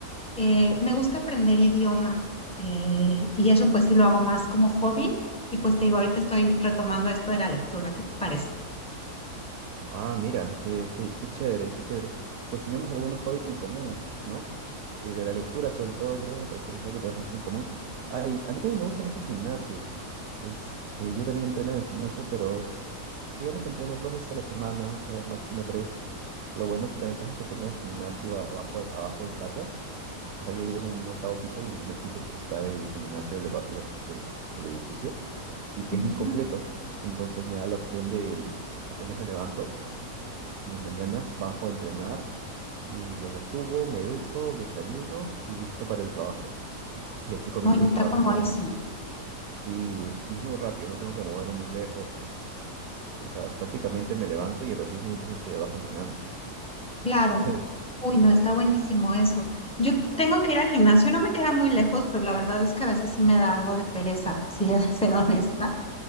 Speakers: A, in the centre; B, on the right.
A: Eh, me gusta aprender idiomas eh, y eso pues sí lo hago más como hobby y pues te digo, ahorita estoy retomando esto de la lectura, ¿qué te parece?
B: Ah, mira, qué, qué, qué chévere, qué chévere. Pues tenemos algunos hobbies en común, ¿no? El de la lectura, sobre todo, creo, me parece que es algo que tenemos mucho en común. Ay, a mí también me gusta mucho el gimnasio. Este, yo también entreno en el gimnasio, pero digamos que entreno dos veces a la semana, como máximo tres. Lo bueno, que la ventaja es que tengo un gimnasio abajo, abajo en casa. O sea, yo vivo en un octavo piso y en el primer piso está el gimnasio del, depart- de los- del del edificio y que
A: Ujú.
B: es bien completo. Entonces me da la opción de, apenas me levanto, en las mañanas bajo a entrenar y luego subo, me ducho, desayuno y listo para el trabajo. Y así comienzo
A: Oye, está
B: el trabajo
A: comodísimo.
B: con... Sí, es- y es muy rápido, no tengo que moverme muy lejos. O sea, prácticamente me levanto y a los 10 minutos ya estoy abajo entrenando.
A: Claro.
B: <laughs>
A: Uy, no, está buenísimo eso. Yo tengo que ir al gimnasio, no me queda muy lejos, pero la verdad es que a veces sí me da algo de pereza, <laughs> si he de ser honesta.